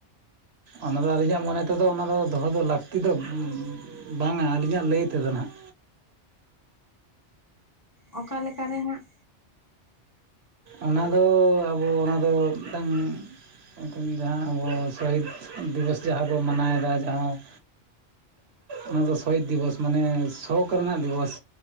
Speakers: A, on the right; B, on the left.
A: ᱚᱱᱟᱫᱚ ᱟᱹᱞᱤᱧᱟᱜ ᱢᱚᱱᱮ ᱛᱮᱫᱚ ᱚᱱᱟ ᱫᱚ ᱫᱚᱦᱚ ᱫᱚ ᱞᱟᱹᱠᱛᱤ ᱫᱚ, ᱩᱸᱩᱸ ᱵᱟᱝᱟ ᱟᱹᱞᱤᱧᱟᱜ ᱞᱟᱹᱭ ᱛᱮᱫᱚ ᱱᱟᱜᱷ᱾
B: ᱚᱸ ᱚᱠᱟ ᱞᱮᱠᱟ ᱨᱮᱦᱟᱸᱜ?
A: ᱚᱱᱟᱫᱚᱻ ᱟᱵᱚ ᱚᱱᱟᱫᱚ ᱢᱤᱫᱴᱟᱝ ᱮᱛᱚᱢ ᱡᱟᱦᱟᱸ ᱟᱵᱚ ᱥᱚᱦᱤᱛ ᱫᱤᱵᱚᱥ ᱡᱟᱸᱦᱟ ᱵᱚ ᱢᱟᱱᱟᱣ ᱮᱫᱟ ᱡᱟᱦᱟᱸᱭ ᱚᱱᱟ ᱫᱚ ᱥᱚᱦᱤᱫ ᱫᱤᱵᱚᱥ ᱢᱟᱱᱮ ᱥᱚᱠ ᱠᱚᱨᱢᱟ ᱫᱤᱵᱚᱥ᱾